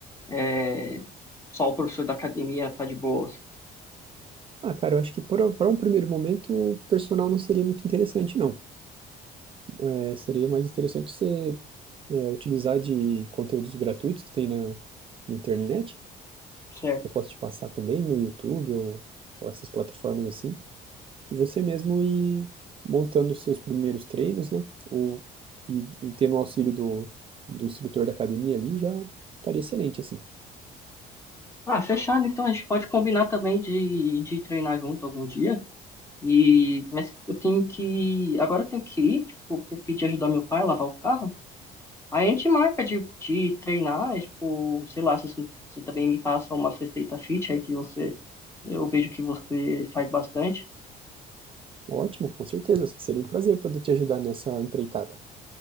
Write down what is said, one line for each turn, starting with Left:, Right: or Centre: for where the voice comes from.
Left: é, só o professor da academia tá de boas?
Right: Ah, cara, eu acho que para um primeiro momento o personal não seria muito interessante, não. É, seria mais interessante você é, utilizar de conteúdos gratuitos que tem na, na internet,
Left: Certo.
Right: que eu posso te passar também no YouTube ou, ou essas plataformas assim. E você mesmo ir montando os seus primeiros treinos, né? Ou, e, e tendo o auxílio do, do instrutor da academia ali, já estaria excelente, assim.
Left: Ah, fechado. Então a gente pode combinar também de, de treinar junto algum dia. E, mas eu tenho que. Agora eu tenho que ir, tipo, porque eu pedi ajudar meu pai a lavar o carro. Aí a gente marca de, de treinar, é, tipo, sei lá, se você você também me passa uma receita fit aí que você. Eu vejo que você faz bastante.
Right: Ótimo, com certeza. Seria um prazer poder te ajudar nessa empreitada.